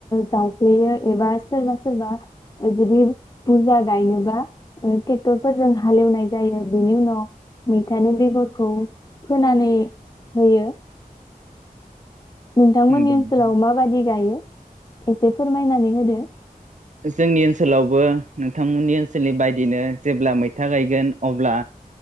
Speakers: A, on the left (about 25°); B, on the right (about 55°).
A: जावफ्लेयो एबा सोरबा सोरबा जुदि बुरजा गायनोबा ट्रेक्टरफोरजों हालेवनाय जायो बेनि उनाव मैथानि बेगर। फोनानै होयो। नोंथांमोननि
B: नंगौ
A: ओनसोलाव
B: नोंथां।
A: माबादि गायो एसे फोरमायदो? फोरमायनानै होदो।
B: जोंनि ओनसोलावबो नोंथांमोननि ओनसोलनि बायदिनो जेब्ला मैथा गायगोन अब्ला